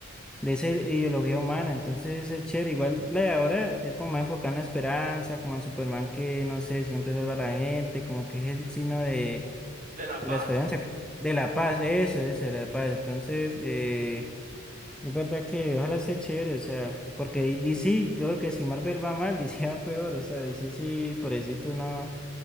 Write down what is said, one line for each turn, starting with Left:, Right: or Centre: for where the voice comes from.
Centre: de esa ideología humana, entonces es chévere, igual la de ahora es como más enfocada en la esperanza, como el Superman que, no sé, siempre salva a la gente, como que es el signo de,
Right: De La
Centre: de
Right: Paz.
Centre: la esperanza, de la paz, eso, eso, de la paz, entonces... Eh, es verdad que ojalá esté chévere, o sea, porque di- DC, yo creo que si Marvel va mal, <laughs> DC va peor, o sea, DC sí, pobrecito, no,